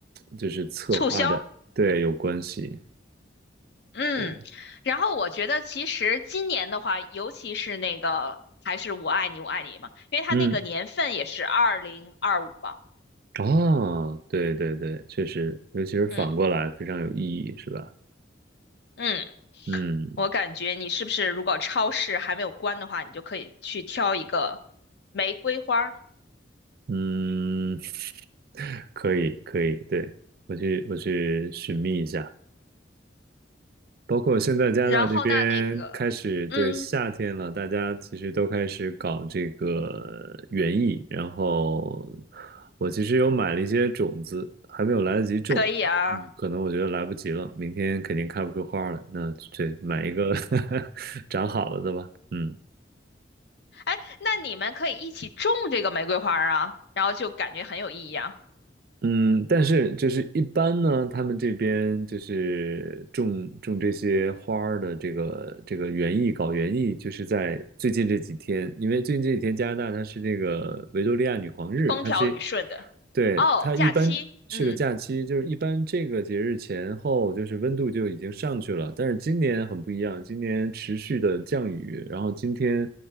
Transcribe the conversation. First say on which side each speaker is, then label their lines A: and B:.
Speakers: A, on the right; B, on the left.
A: 就是策划的，
B: 促销，
A: 对，有关系。
B: 嗯，
A: 对，
B: 然后我觉得其实今年的话，尤其是那个还是我爱你我爱你嘛，因为它那个年份也是二零二五嘛，
A: 嗯，啊，对对对，确实，尤其是反过来非常有意义，
B: 嗯
A: 是吧？
B: 嗯，
A: 嗯
B: 我感觉你是不是如果超市还没有关的话，你就可以去挑一个玫瑰花儿
A: 嗯，<laughs> 可以可以，对，我去我去寻觅一下。包括现在加拿大这边开始对夏天了，
B: 然后那那个嗯
A: 大家其实都开始搞这个园艺，然后我其实有买了一些种子，还没有来得及种，
B: 可以啊，
A: 嗯，可能我觉得来不及了，明天肯定开不出花儿来，那对，买一个 <laughs> 长好了的吧，嗯。
B: 哎，那你们可以一起种这个玫瑰花儿啊，然后就感觉很有意义啊，
A: 嗯，但是就是一般呢，他们这边就是种种这些花儿的这个这个园艺，搞园艺，就是在最近这几天，因为最近这几天加拿大它是这个维多利亚女皇日，
B: 风调雨顺的。
A: 它是，对，
B: 哦，
A: 它一般。
B: 假期，
A: 是个假期，
B: 嗯
A: 就是一般这个节日前后，就是温度就已经上去了。但是今年很不一样，今年持续的降雨，然后今天，